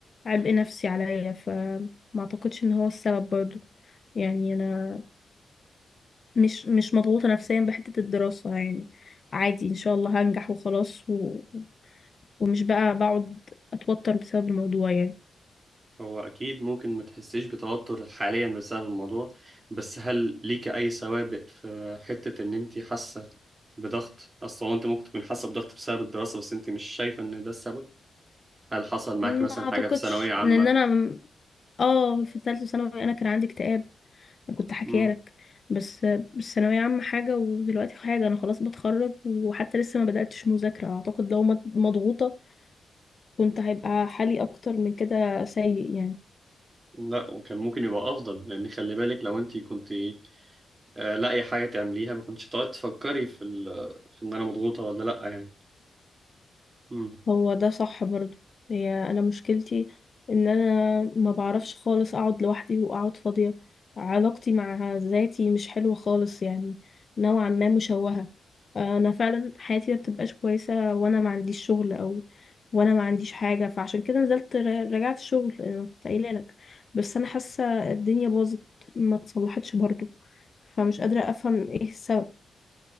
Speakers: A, on the left; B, on the right.
A: عبء نفسي عليا فما اعتقدش ان هو السبب برضو يعني انا مش مش مضغوطه نفسيا بحته الدراسه يعني عادي ان شاء الله هنجح وخلاص و... ومش بقى بقعد اتوتر بسبب الموضوع يعني
B: هو أكيد ممكن ما تحسيش بتوتر حاليا بسبب الموضوع بس هل ليك أي سوابق في حتة إن أنت حاسة بضغط أصلا أنت ممكن تكون حاسة بضغط بسبب الدراسة بس أنت مش شايفة إن ده السبب هل حصل معاكي
A: ما
B: مثلا
A: اعتقدش
B: حاجة في ثانوية عامة؟
A: لان انا اه في ثالثه ثانوي انا كان عندي اكتئاب كنت حكيها
B: مم.
A: لك بس بس ثانوية عامة حاجة ودلوقتي حاجة أنا خلاص بتخرج وحتى لسه ما بدأتش مذاكرة أعتقد لو مض- مضغوطة كنت هيبقى حالي أكتر من كده سيء يعني
B: لا وكان ممكن يبقى أفضل لأن خلي بالك لو أنت كنت آه، لاقي حاجة تعمليها ما كنتش تقعد تفكري في ال... في إن أنا مضغوطة ولا لأ يعني مم.
A: هو ده صح برضو هي انا مشكلتي ان انا ما بعرفش خالص اقعد لوحدي واقعد فاضية علاقتي مع ذاتي مش حلوة خالص يعني نوعا ما مشوهة انا فعلا حياتي ما بتبقاش كويسة وانا ما عنديش شغل او وانا ما عنديش حاجة فعشان كده نزلت ر- رجعت شغل انا كنت قايلة لك بس انا حاسة الدنيا باظت ما اتصلحتش برضو فمش قادرة افهم ايه السبب